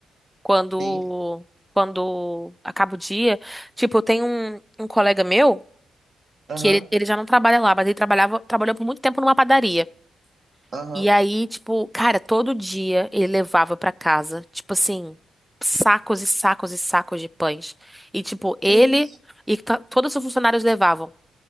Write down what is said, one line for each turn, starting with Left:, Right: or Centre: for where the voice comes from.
Centre: Quando,
Right: Sim,
Centre: quando acaba o dia. Tipo, eu tenho um, um colega meu
Right: aham,
Centre: que ele, ele já não trabalha lá, mas ele trabalhava, trabalhou por muito tempo numa padaria.
Right: aham.
Centre: E aí, tipo, cara, todo dia ele levava pra casa, tipo assim, sacos e sacos e sacos de pães. E, tipo, ele
Right: Que isso?
Centre: e to- todos os funcionários levavam.